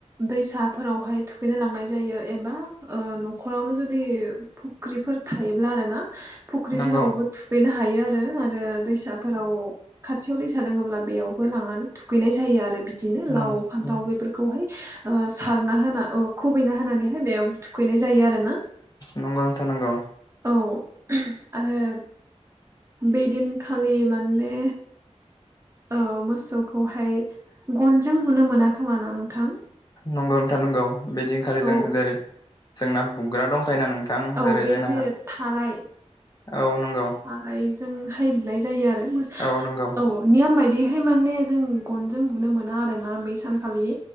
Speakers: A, on the right (about 25°); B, on the left (about 35°).
A: दैसा फोरावहाय थुखैनो लांनाय जायो एबा ओ न'खर फोरावनो जुदि फुख्रिफोर थायोब्ला आरो ना फुख्रिफोरावबो
B: नंगौ
A: थुगैनो हायो आरो आरो दैसाफोराव खाथियाव दैसा दङोब्ला बेयावबो लांनानै थुखैनाय जायो आरो बिदिनो लाव
B: नंगौ
A: फान्थाव बेफोरखौ खौहाय ओ सारना होना अ खुबैना होनानैहाय बे थुखैनाय जायो आरो ना
B: नोंथां नंगौ
A: औ आरो बे दिनखालि माने औ मोसौखौहाय गनजों बुनो मोना खोमा ना नोंथां?
B: नंगौ नोंथां नंगौ बिदिनखालि
A: औ
B: जों जेरै जोंना बुग्रा दंखायो ना नोंथां
A: औ
B: जेरै
A: बे
B: जोंना
A: जे थाराय
B: औ नों
A: खारायजोंहाय बुनाय जायो आरो मो
B: औ नंगौ
A: औ नियम बायदियैहाय माने जों गनजों बुनो मोना आरोना बै सानखालि।